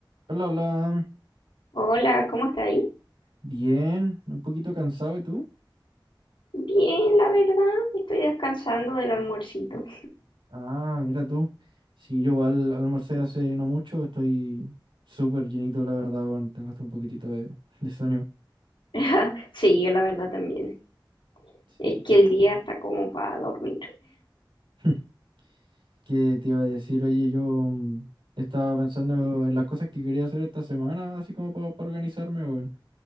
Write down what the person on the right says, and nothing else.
Hola, hola.
Bien, un poquito cansado, ¿y tú?
Ah, mira tú. Sí, yo al almorcé hace no mucho, estoy súper llenito, la verdad, bueno, tengo hasta un poquitito de, de sueño.
Sí.
<laughs> ¿Qué te iba a decir? Oye, yo mm, estaba pensando en las cosas que quería hacer esta semana, así como para, organizarme, bueno.